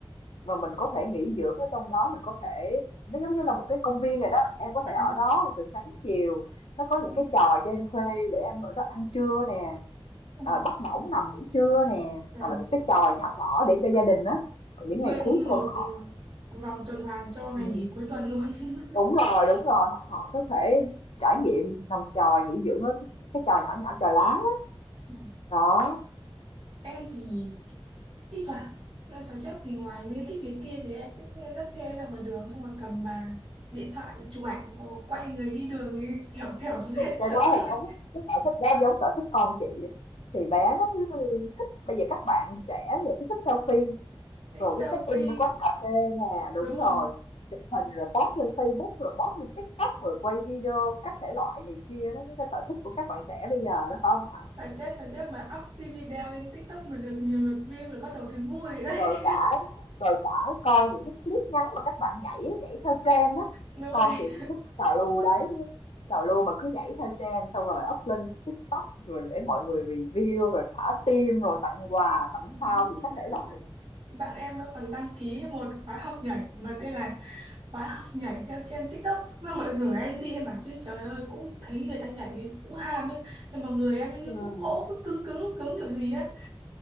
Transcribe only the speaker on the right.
À,
ừ,
ừ.
Trời.
Nguyên
một
ừ, vòng tuần hoàn cho ngày
nghỉ cuối tuần luôn. <laughs>
Ừ.
Em thì thi thoảng là sáng trước thì ngoài mấy cái việc kia thì em cũng dắt xe ra ngoài đường xong rồi cầm bà điện thoại chụp ảnh rồi quay người đi đường như kiểu kiểu <laughs> lên
tận
nơi
take
selfie
đúng rồi
Sao chết sao chết mà up cái video lên TikTok mà được nhiều lượt view rồi bắt đầu thấy vui rồi đấy.
<laughs> Đúng rồi.
<laughs>
Bạn em nó còn đăng ký một khóa học nhảy mà tên là khóa học nhảy theo trên TikTok. Xong rồi rủ em đi em bảo chứ trời ơi cũng thấy người ta nhảy cũng ham ấy. Nhưng mà người em như
cũng gỗ cứ cứng cứng cứng kiểu gì á.